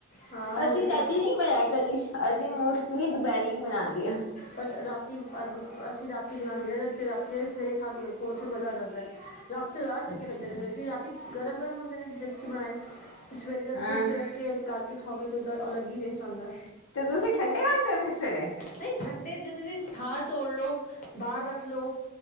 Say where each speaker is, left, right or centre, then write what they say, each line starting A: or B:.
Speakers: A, on the left; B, on the left.
A: ਹਾਂ ਹੋਰ
B: ਅਸੀਂ ਰਾਤੀ
A: ਕੀ
B: ਨਹੀ ਬਣਾਇਆ ਕਦੀ ਅਸੀਂ ਮੋਸਟਲੀ ਦੁਪਹਿਰੀ ਬਣਾਉਦੇ ਆ।
A: ਬਟ ਰਾ ਅਸੀਂ ਰਾਤੀ ਬਣਾਂਦੇ ਆ ਤੇ ਰਾਤੀ ਆਲੇ ਸਵੇਰੇ ਖਾ ਕੇ ਵੇਖੋ ਮਜ਼ਾ ਆ ਜਾਂਦਾ ਰਾ ਜ਼ਿਆਦਾ ਚੰਗੇ
B: ਅੱਛਾ
A: ਲੱਗਦੇ ਨੇ ਸਵੇਰੇ ਕਿਉਂਕ ਰਾਤੀ ਗਰਮ-ਗਰਮ ਹੁੰਦੇ ਨੇ, ਜਦ ਤੁਸੀਂ ਬਣਾਏ, ਤੇ ਸਵੇਰੇ ਜਦ
B: ਹਾਂ
A: ਫਰਿਜ ਚ ਰੱਖ ਕੇ ਤਲ ਕੇ ਖਾਓਗੇ ਤੇ ਓਦਾ ਅਲੱਗ ਹੀ ਟੇਸਟ ਆਉਂਦਾ।
B: ਤੇ ਤੁਸੀਂ ਠੰਡੇ ਖਾਂਦੇ ਹੋ ਫਿਰ ਸਵੇਰੇ।
A: ਨਹੀਂ ਠੰਡੇ ਜੇ ਤੁਸੀਂ ਥੜ ਤੋੜ ਲਓ, ਬਾਹਰ ਰੱਖ ਲਓ